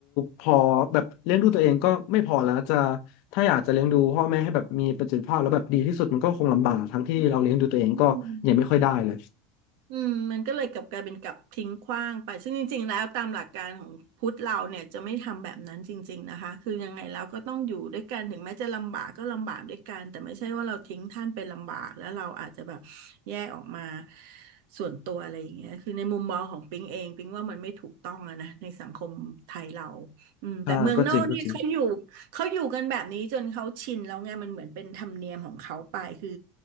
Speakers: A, on the left; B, on the right.
A: พอแบบเลี้ยงดูตัวเองก็ไม่พอแล้วจะถ้าอยากจะเลี้ยงดูพ่อแม่ให้แบบมีประสิทธิภาพแล้วแบบดีที่สุดมันก็คงลำบากทั้งที่เราเลี้ยงดูตัวเองก็ยังไม่ค่อยได้เลย
B: อืมอืมมันก็เลยกลับกลายเป็นกลับทิ้งขว้างไปซึ่งจริงๆแล้วตามหลักการของพุทธเราเนี่ยจะไม่ทำแบบนั้นจริงๆนะคะคือยังไงแล้วก็ต้องอยู่ด้วยกันถึงแม้จะลำบากก็ลำบากด้วยกันแต่ไม่ใช่ว่าเราทิ้งท่านไปลำบากแล้วเราอาจจะแบบแยกออกมาส่วนตัวอะไรอย่างเงี้ยคือในมุมมองของปิงเองปิงว่ามันไม่ถูกต้องอะนะในสังคมไทยเราอืมแต่เมืองนอกเนี่ยเขาอยู่
A: ใชาก็จริงก็จริง
B: เขาอยู่กันแบบนี้จนเขาชินแล้วไงมันเหมือนเป็นธรรมเนียมของเขาไปคือ